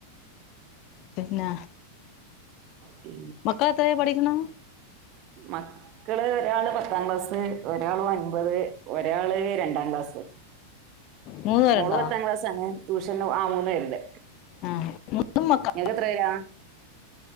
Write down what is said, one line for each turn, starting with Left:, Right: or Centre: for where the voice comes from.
Left: പിന്നാ
Right: പി
Left: മക്കളെത്രേലാ പഠിക്ക്ണെ
Right: മക്കള് ഒരാള് പത്താം ക്ലാസ് ഒരാള് ഒൻപത് ഒരാള് രണ്ടാം ക്ലാസ്
Left: മൂന്ന് പേരുണ്ടോ
Right: മോള് പത്താം ക്ലാസ്സാണ് ട്യൂഷന്നും ആഹ് മൂന്ന് പേര്ണ്ട്
Left: ആഹ് മൂന്നും മക്ക
Right: നിനക്ക് എത്രെ പേരാ